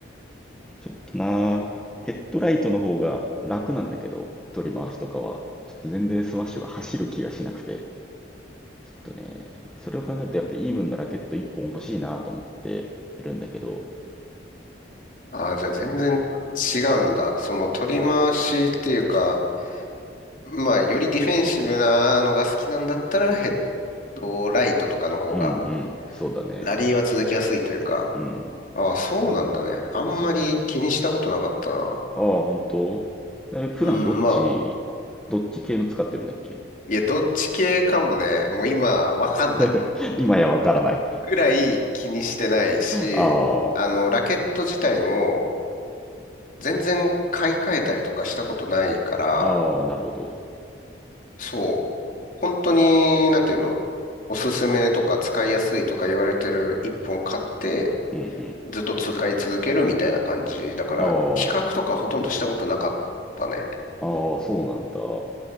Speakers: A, in the centre; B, on the left (about 45°).
A: ちょっとな、ヘッドライトの方が楽なんだけど、取り回しとかは。ちょっと全然スマッシュが走る気がしなくて、ちょっとね、それを考えるとやっぱりイーブンのラケット1本欲しいなと思ってるんだけど、
B: ああ、じゃあ全然違うんだ。その、取り回しっていうか、まあ、よりディフェンシブなのが好きなんだったら、ヘッドライトとかの方が、
A: うんうん、そうだね。
B: ラリーは続きやすいというか。
A: うん、
B: ああ、そうなんだね。あんまり気にしたことなかったな。
A: そう。ああ、本当え、普段どっち、
B: うん、まあ、
A: どっち系の使ってるんだっけ
B: いや、どっち系かもね、もう今わかんない
A: <laughs> 今やわからない。
B: ぐらい気にしてないし、
A: ああ、
B: あの、ラケット自体も全然買い替えたりとかしたことないから、
A: ああ、なるほど。
B: そう、本当に、なんていうの、おすすめとか使いやすいとか言われてる一本買って、
A: うんうん。
B: ずっと使い続けるみたいな感じ。だから、
A: ああ、
B: 比較とかほとんどしたことなかったね。
A: ああ、そうなんだ。